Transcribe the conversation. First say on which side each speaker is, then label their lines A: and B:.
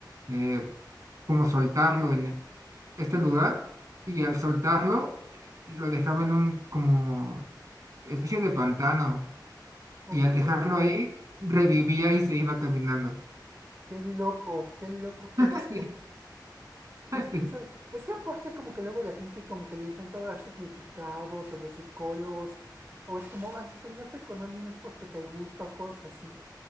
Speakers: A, on the right; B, on the right.
A: eh, como soltarlo en este lugar y al soltarlo eh, lo dejaba en un como especie de pantano
B: ok.
A: y al dejarlo ahí revivía y se iba caminando.
B: Qué loco, qué loco, qué
A: <laughs>
B: loco. Sí,
A: Sí, sí,
B: quién sabe. Es que aparte como que luego la gente como que le intenta dar significados a los psicólogos. O es como, ay, si soñaste con alguien es porque te gusta o cosas así.